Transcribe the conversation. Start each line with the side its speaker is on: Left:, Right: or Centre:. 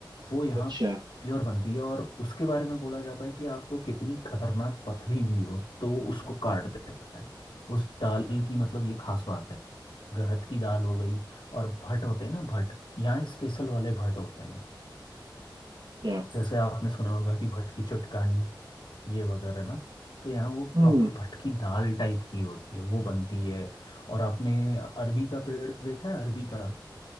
Left: वो यहाँ
Right: अच्छा
Left: प्योर बनती है और उसके बारे में बोला जाता है कि आपको कितनी खतरनाक पथरी भी हो तो वो उसको काट देता है उस दाल की मतलब ये खास बात है गहत की दाल हो गई और भट होते हैं ना भट यहाँ स्पेशल वाले भट होते हैं
Right: अच्छा
Left: जैसे आपने सुना होगा कि भट की चुटकानी ये वगैरह ना तो यहाँ वो
Right: हम्म
Left: प्रॉपर भटकी दाल टाइप की होती है वो बनती है और आपने अरबी का पेड़ देखा है अरबी का